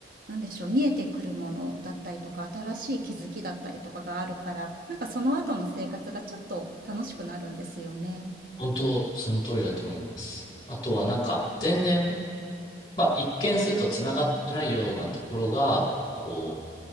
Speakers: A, on the right; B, on the left.
A: なんでしょう、見えてくるものだったりとか、新しい気づきだったりとかがあるから、なんかその後の生活がちょっと楽しくなるんですよね。
B: 本当、その通りだと思います。あとはなんか、全然、まあ、一見するとつながってないようなところが、こう、